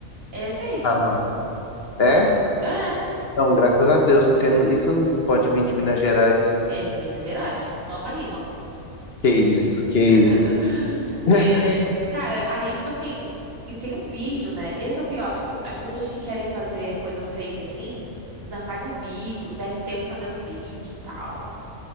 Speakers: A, on the right; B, on the left.
A: É fake.
B: Ah, não. É?
A: É.
B: Não, graças a Deus, porque não- isso não pode vir de Minas Gerais.
A: É de Minas Gerais, Nova Lima.
B: Que isso, que isso,
A: <laughs> É,
B: <laughs>
A: cara, aí, tipo assim, e tem um vídeo, né? Esse é o pior, tipo, as pessoas que querem fazer coisa fake assim, ainda faz o vídeo, perde tempo fazendo vídeo e tal.